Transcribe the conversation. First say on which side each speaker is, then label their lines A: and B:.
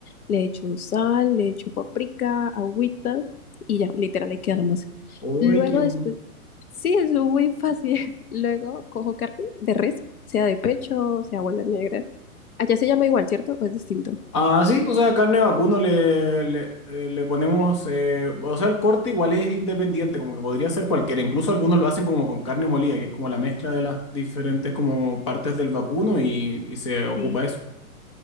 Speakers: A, on the left; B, on the left.
A: le echo sal, le echo paprika, agüita y ya, literal, ahí queda la masa.
B: Uy,
A: Luego
B: qué...
A: después,
B: bu-
A: sí, es muy fácil. <laughs> Luego cojo carne de res, sea de pecho, sea bola negra. Allá se llama igual, ¿cierto? ¿O es distinto?
B: Ah, sí, o sea, carne de vacuno le, le, eh, le ponemos, eh, o sea, el corte igual es independiente, como que podría ser cualquiera, incluso algunos lo hacen como con carne molida, que es como la mezcla de las diferentes como partes del vacuno y, y se ocupa
A: Sí.
B: eso.